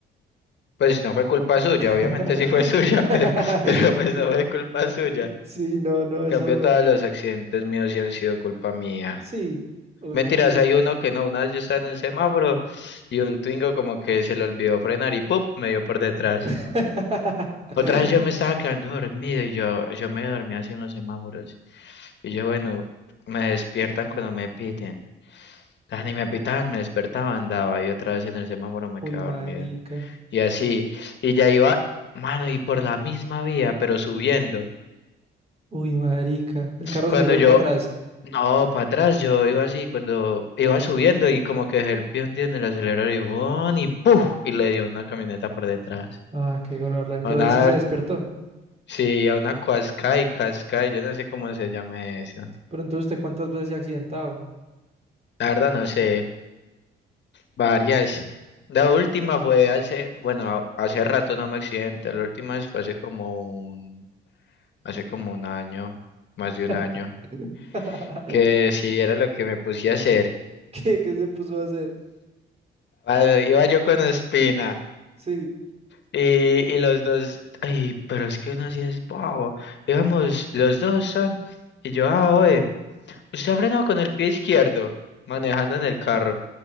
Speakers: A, on the left; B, on the right.
A: Pues no fue culpa suya,
B: <laughs>
A: obviamente sí fue <laughs> suya, pero, pero pues no fue culpa suya.
B: Sí, no, no,
A: En
B: eso.
A: cambio, todos los accidentes míos sí han sido culpa mía.
B: Sí. Uy,
A: Mentiras,
B: ¿cómo así?
A: hay uno que no, una vez yo estaba en un semáforo y un Twingo como que se le olvidó frenar y ¡pum! me dio por detrás.
B: <laughs>
A: Otra vez yo me estaba quedando dormido y yo, yo me dormía así en los semáforos. Y yo, bueno, me despiertan cuando me piten. Ah, Ni me pitaban, me despertaba, andaba y otra vez en el semáforo me
B: Uy,
A: quedaba
B: marica.
A: dormido. Y así, y ya iba, mano, y por la misma vía, pero subiendo.
B: Uy, marica. El carro
A: Cuando
B: se le fue
A: yo,
B: para atrás.
A: no, para atrás, yo iba así, cuando iba subiendo y como que dejé el pie hundido en el acelerador y ¡bum! y ¡puf! Y le dio una camioneta por detrás.
B: Ah, qué gonorrea. Pero
A: A una
B: ahí sí se despertó.
A: Sí, a una Cuascay, Cascay, yo no sé cómo se llama eso.
B: Pero entonces, ¿usted cuántas veces se ha accidentado?
A: La verdad no sé, varias. La última fue hace, bueno, hace rato no me accidenté, la última vez fue hace como un, hace como un año, más de un
B: <laughs>
A: año, que sí era lo que me puse a hacer.
B: ¿Qué, qué se puso a hacer?
A: Ah, Iba yo con Espina
B: Sí.
A: y, y los dos, ay, pero es que uno sí es bobo. Íbamos, los dos son, y yo, ah, oye, usted ha frenado con el pie izquierdo, manejando en el carro.